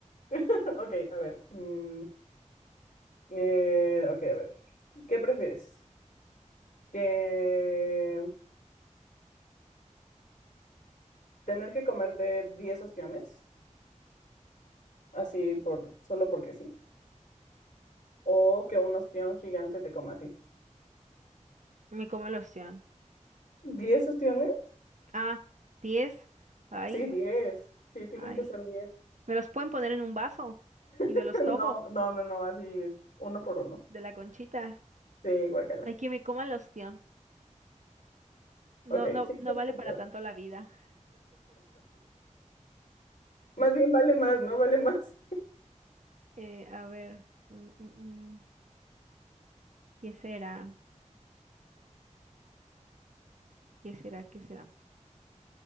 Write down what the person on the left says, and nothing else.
<laughs> ok, a ver. mm, eh, ok, a ver. ¿Qué prefieres? ¿Que tener que comerte 10 ostiones, así por, solo porque sí? ¿O que un ostión gigante te coma a ti?
Diez ostiones?
Sí, 10. Sí, tienen
que ser 10.
<laughs>
No,
no, no, no, así uno por uno.
Sí, guacala.
Ok,
sí,
tienes
un
<laughs>
Más bien vale más, ¿no? Vale más.